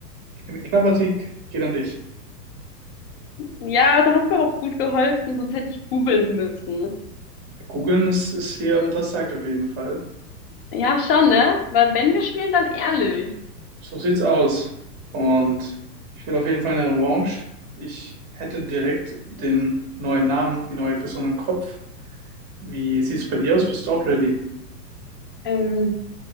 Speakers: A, on the right; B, on the left.
A: Kn- Knapper Sieg geht an dich.
B: Ja, du hast mir auch gut geholfen, sonst hätte ich googeln müssen.
A: Googeln ist, ist hier untersagt auf jeden Fall.
B: Ja, schon, ne? Weil wenn wir spielen, dann ehrlich.
A: So sieht's aus. Und ich will auf jeden Fall eine Revanche. Ich hätte direkt den neuen Namen, die neue Person im Kopf. Wie sieht's bei dir aus? Bist du auch ready?
B: Ähm,